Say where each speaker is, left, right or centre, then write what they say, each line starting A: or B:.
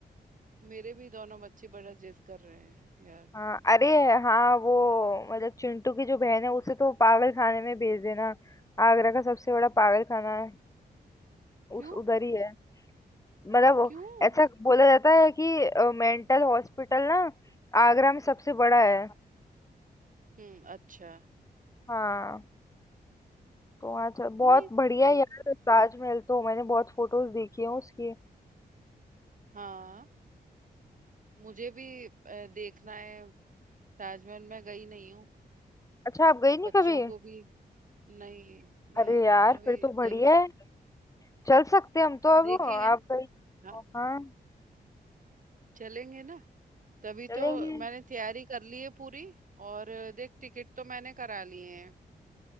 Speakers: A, on the right; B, on the left.
A: मेरे भी दोनों बच्चे बड़ा जिद कर रहे हैं यार
B: हाँ अरे हाँ वो मतलब चिंटू की जो बहन है उसे तो पागल खाने में भेज देना आगरा का सबसे बड़ा पागल खाना है
A: क्यों
B: उस उधर ही है मतलब वो-
A: क्यों
B: ऐसा बोला जाता है कि मेंटल हॉस्पिटल ना आगरा में सबसे बड़ा है
A: हम्म अच्छा
B: हाँ तो वहाँ चल बहुत
A: नहीं
B: बढ़िया है यार ताजमहल तो मैंने बहुत फोटोज देखी है उसकी
A: हाँ मुझे भी अ, देखना है ताजमहल मैं गई नहीं हूँ
B: अच्छा आप गई नहीं
A: बच्चों
B: कभी
A: को भी नहीं
B: अरे
A: यार
B: यार
A: कभी
B: फिर तो बढ़िया
A: गई
B: है चल सकते
A: हाँ
B: हैं हम तो अब
A: देखेंगे
B: आप
A: ना
B: गई
A: हाँ
B: हो, हाँ
A: चलेंगे ना तभी
B: चलेंगे
A: तो मैंने तैयारी कर ली है पूरी और अ, देख टिकट तो मैंने करा लिए हैं